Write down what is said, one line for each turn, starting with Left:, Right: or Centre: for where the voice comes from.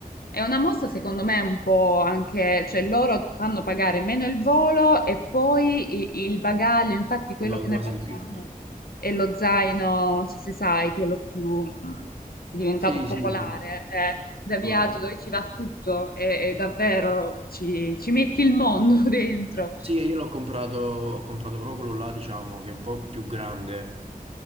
Left: È una mossa secondo me un po' anche, cioè loro fanno pagare meno il volo e poi i- il bagaglio, infatti quello
Right: Lo so,
Left: che noi
Right: quasi
Left: facciamo
Right: di più.
Left: è lo zaino, non so se sai, quello più mh, diventato
Right: Sì,
Left: popolare,
Right: sì, come no,
Left: eh, da viaggio
Right: come no.
Left: dove ci va tutto e, e davvero ci, ci metti il mondo <laughs> dentro.
Right: Sì, io l'ho comprato, ho comprato proprio quello là, diciamo, che è un po' più grande